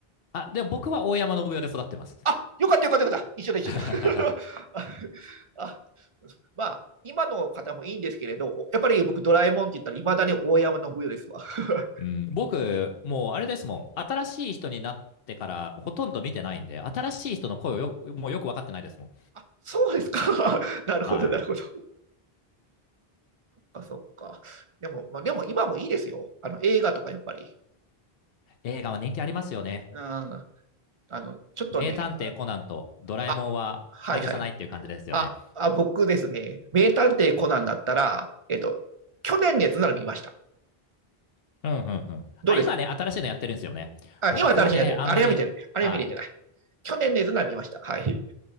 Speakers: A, on the left; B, on the right.
A: あ、でも僕は大山信代で育ってます。
B: あ、よかったよかったよかった。一緒だ一緒だ。
A: <laughs>
B: <laughs> あ、あまあ、今の方もいいんですけれど、やっぱり僕ドラえもんって言ったらいまだに大山信代ですわ。<laughs>
A: うん、僕、もうあれですもん。新しい人になってからほとんど見てないんで、新しい人の声をよ、もうよく分かってないですもん。
B: あ、そうですか。<laughs> なるほど、
A: はい。
B: なるほど。あ、そっか。でも、まあ、でも今もいいですよ。あの、映画とかやっぱり。
A: 映画は人気ありますよね。
B: うん。あの、ちょっとね、
A: 名探偵コナンとドラえもんは外さないっていう感じですよね。
B: あ、はいはい。あ、あ、僕ですね、名探偵コナンだったら、えっと、去年のやつなら見ました。
A: うんうんうん。あ、
B: どうです
A: 今ね、新しいのやってるんですよね。
B: あ、
A: 僕はね、
B: 今新しいなってる。
A: あんまり、
B: あれは見てない。あれは見れてない。
A: は
B: 去年のやつなら見ました。はい。